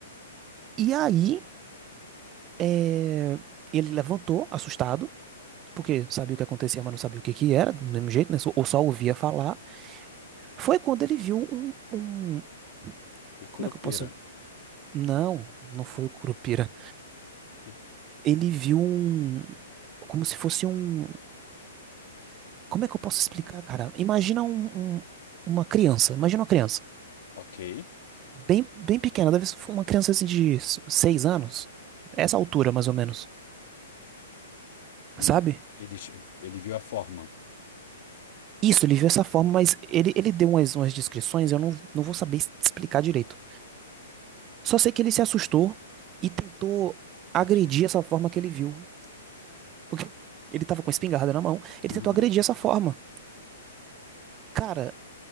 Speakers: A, on the right; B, on the left.
A: E aí, é, ele levantou, assustado, porque sabia o que acontecia, mas não sabia o que que era, do mesmo jeito, né? Só- Ou só ouvia falar. Foi quando ele viu um, um-
B: O
A: como
B: Curupira.
A: é que eu posso? Não, não foi o Curupira.
B: Hum,
A: Ele viu um, como se fosse um, como é que eu posso explicar, cara? Imagina um, um- uma criança, imagina uma criança.
B: Ok.
A: Bem, bem pequena, deve ser uma criança assim de s- seis anos. Essa altura, mais ou menos,
B: E
A: sabe?
B: ele, che- ele viu a forma.
A: Isso, ele viu essa forma, mas ele, ele deu umas, umas descrições, eu não, não vou saber es- explicar direito. Só sei que ele se assustou e tentou agredir
B: Atira.
A: essa forma que ele viu. Porque <laughs> ele tava com a espingarda na mão, ele
B: Aham.
A: tentou agredir essa forma. Cara,